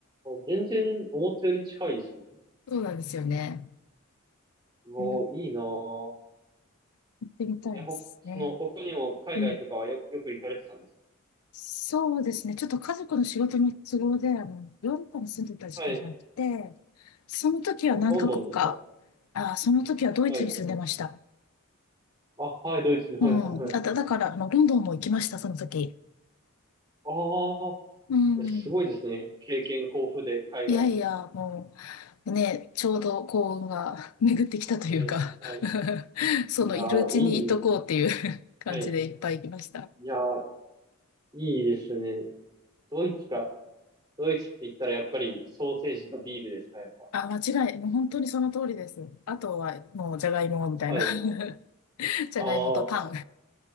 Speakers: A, on the right; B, on the left.
A: 全然思ったより近いですね。
B: そうなんですよね。
A: うわ、
B: ね
A: いいなぁ。
B: 行ってみたいですね。
A: いや、ほ、その、他にも海外とかはよ、
B: うん、
A: よく行かれてたんですか
B: そうですね。ちょっと家族の仕事の都合で、あの、ヨーロッパに住んでた時期があって、
A: はい。
B: その時は何カ国か、
A: ロ、ロンドンですか
B: あ、その時はドイツに住んでました。
A: はい。あ、はい、ドイツに、はい、
B: うん。
A: はい、はい。
B: あと、だから、あの、ロンドンも行きました、その時。
A: ああ、
B: うん。
A: いや、すごいですね。経験豊富で、海外の。
B: いやいや、もう、ね、ちょうど幸運が <laughs> 巡ってきたというか
A: はい、はい。
B: <laughs> そのいるうちにいとこうっていう
A: いやー、いい。
B: <laughs> 感じでいっぱい行きました。
A: はい。いやー、いいですね。ドイツか。ドイツって言ったら、やっぱり、ソーセージとビールですか、やっぱ。
B: あ、間違い、もう本当にその通りです。あとはもうじゃがいもみたいな
A: はい。
B: <laughs> じゃがいもとパン
A: ああ。